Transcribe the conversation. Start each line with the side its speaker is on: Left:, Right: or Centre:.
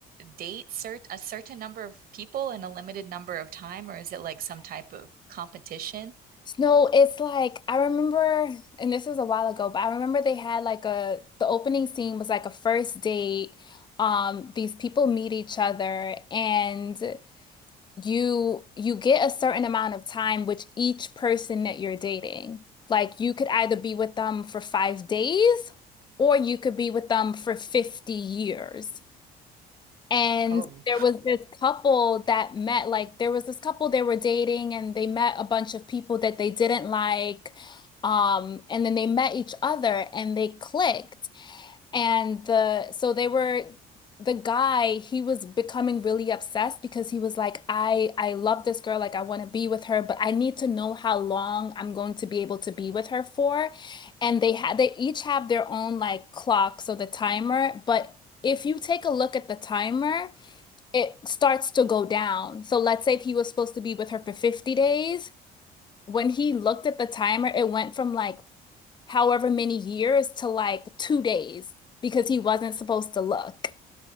Right: date cert a certain number of people in a limited number of time, or is it like some type of competition?
Left: No, it's like I remember, and this was a while ago, but I remember they had like a the opening scene was like a first date. Um, these people meet each other and you you get a certain amount of time with each person that you're dating. Like you could either be with them for five days or you could be with them for 50 years. And
Right: Oh.
Left: there was this couple that met, like, there was this couple they were dating, and they met a bunch of people that they didn't like. Um, and then they met each other and they clicked. And the, so they were, the guy, he was becoming really obsessed because he was like, I, I love this girl. Like, I want to be with her, but I need to know how long I'm going to be able to be with her for. And they had, they each have their own like clock. So the timer, but if you take a look at the timer, it starts to go down. So let's say if he was supposed to be with her for 50 days, when he looked at the timer, it went from like however many years to like two days because he wasn't supposed to look.